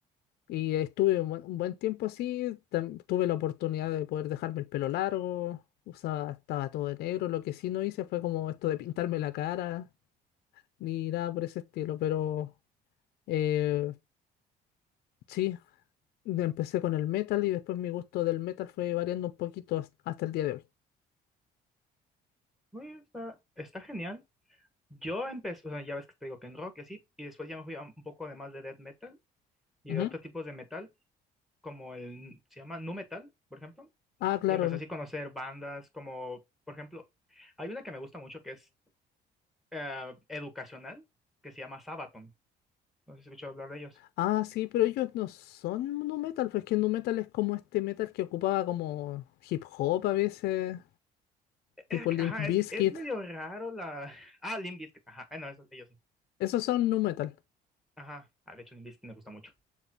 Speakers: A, on the left; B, in the centre.
A: Y estuve un buen, un buen tiempo así, tam- tuve la oportunidad de poder dejarme el pelo largo, usaba, estaba todo de negro, lo que sí no hice fue como esto de pintarme la cara, ni nada por ese estilo, pero eh, sí, empecé con el metal y después mi gusto del metal fue variando un poquito has- hasta el día de hoy.
B: Uy, está, está genial. Yo empecé, o sea, ya ves que te digo que en rock y así, y después ya me fui a un poco además de death metal y
A: Ujú.
B: de otros tipos de metal, como el, se llama nu metal, por ejemplo,
A: Ah, claro.
B: y empecé así a conocer bandas como, por ejemplo, hay una que me gusta mucho que es eh, educacional, que se llama Sabaton. No sé si has escuchado hablar de ellos.
A: Ah, sí, pero ellos no son nu metal, pues que nu metal es como este metal que ocupaba como hip hop a veces,
B: Es,
A: tipo
B: que,
A: Limp
B: ajá,
A: Bizkit.
B: es, es medio raro la. Ah, Limp Bizkit, ajá, ah, no, eso, ellos sí.
A: Esos son nu metal.
B: Ajá, ah, de hecho, Limp Bizkit me gusta mucho.